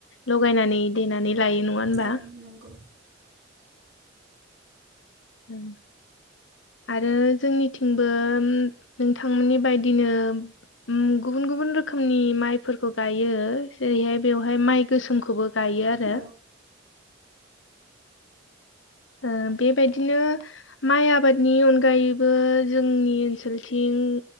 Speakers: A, on the left; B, on the right.
A: लगायनानै देनानै लायो नङा होनबा?
B: औ नंगौ
A: उम आरो जोंनिथिंबो नोंथांमोननि बायदिनो गुबुन गुबुन रोखोमनि माइफोरखौ गायो जेरैहाय बेवहाय माइ गोसोमखौबो गायो आरो।
B: औ
A: ओ बेबायदिनो माइ आबादनि अनगायैबो जोंनि ओनसोलथिं